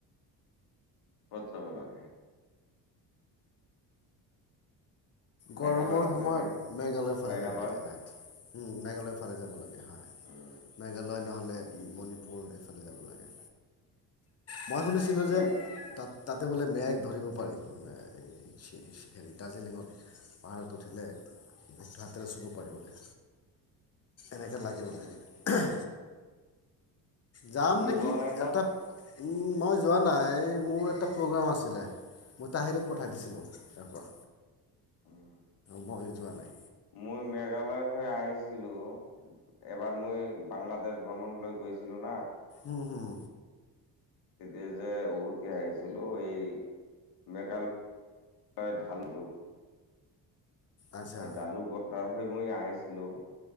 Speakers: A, on the left; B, on the left.
A: ক'ত যাব লাগে?
B: গৰমৰ
A: মেঘালয়
B: সময়ত
A: ফালে নে
B: মেঘালয় ফালে
A: মেঘালয়
B: যাব লাগে। <unintelligible> উম', মেঘালয়ৰ ফালে যাব লাগে।
A: উম
B: মেঘালয় নহ লে মণিপুৰ এইফালে যাব লাগে। মই শুনিছিলোঁ যে
A: মে
B: তাত তাতে বোলে মেঘ ধৰিব পাৰি <unintelligible> দাৰ্জিলিঙত পাহাৰত উঠিলে হাতেৰে চুব পাৰি বোলে। এনেকে লাগে বোলে।
A: উম
B: যাম
A: তুমি
B: নেকি
A: যোৱা নাই তাত
B: এটা। মই যোৱা নাই এই মোৰ এটা প্ৰগ্ৰেম আছিলে, মই তাহিৰক পঠাই দিছিলোঁ ইয়াৰ পৰা।
A: উম'।
B: মইও যোৱা নাই।
A: মই মেঘালয় হৈ আহিছিলো। এবাৰ মই বাংলাদেশ ভ্ৰমণ লৈ গৈছিলোঁ নাহ।
B: উ, হুম।
A: তেতিয়া যে উভতি আহিছিলোঁ এই, মেঘালয় ঢাল হ'লো।
B: আচ্ছা
A: এই ডালু ব। ঘুৰি মই আহিছিলোঁ।